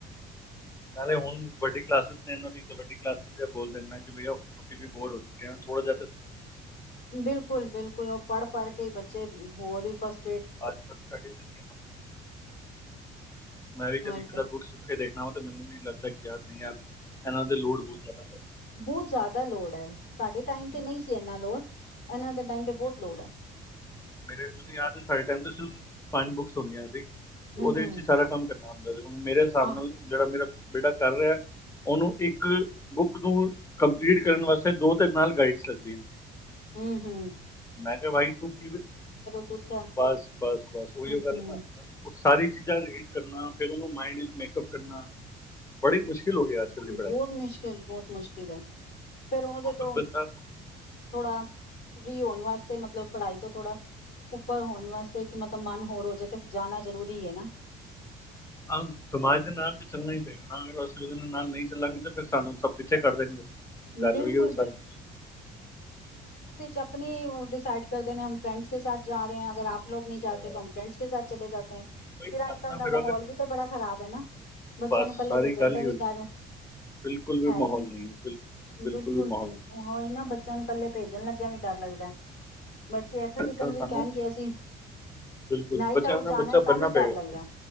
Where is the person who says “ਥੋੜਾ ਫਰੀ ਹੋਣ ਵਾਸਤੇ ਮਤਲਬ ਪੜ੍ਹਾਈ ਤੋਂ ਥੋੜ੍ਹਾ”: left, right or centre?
Left